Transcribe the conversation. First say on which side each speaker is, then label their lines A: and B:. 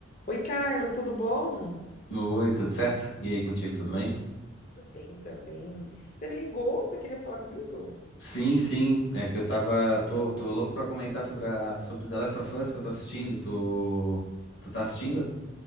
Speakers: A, on the left (about 40°); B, on the left (about 60°).
A: Oi, Carlos, tudo bom?
B: Oi, tudo certo? E aí, contigo, tudo bem?
A: Tudo bem também. Você me ligou? Você queria falar comigo?
B: Sim, sim, é que eu tava, tô, tô louco pra comentar sobre a, sobre The Last of Us que eu tô assistindo, tu, tu tá assistindo?